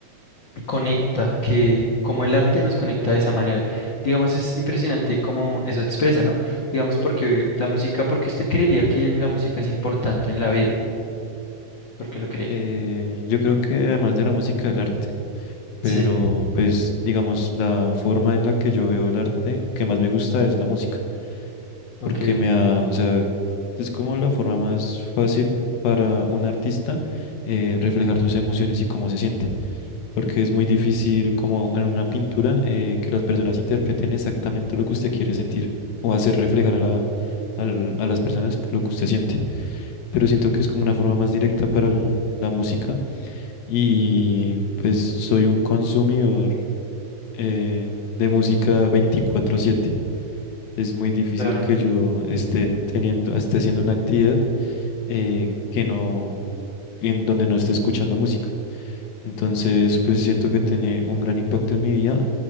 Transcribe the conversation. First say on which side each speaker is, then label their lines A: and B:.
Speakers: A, on the left; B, on the left.
A: conecta, que como el arte nos conecta de esa manera. Digamos, es impresionante cómo eso expresa, ¿no? Digamos, porque la música, porque usted creería que la música es importante en la vida, porque lo cree.
B: Eh, yo creo que además de la música, el arte, pero
A: Sí,
B: pues digamos, la forma en la que yo veo el arte que más me gusta es la música. porque
A: ok,
B: me ha, o sea, es como la forma más fácil para un artista eh, reflejar sus emociones y cómo se siente, porque es muy difícil como en una pintura eh, que las personas interpreten exactamente lo que usted quiere sentir o hacer reflejar a la, al- a las personas lo que usted siente. Pero siento que es como una forma más directa para el- la música y pues soy un consumidor eh, de música veinticuatro siete es muy difícil
A: claro.
B: que yo esté teniendo, esté haciendo una actividad eh, que no, en donde no esté escuchando música. Entonces, pues siento que tiene un gran impacto en mi vida,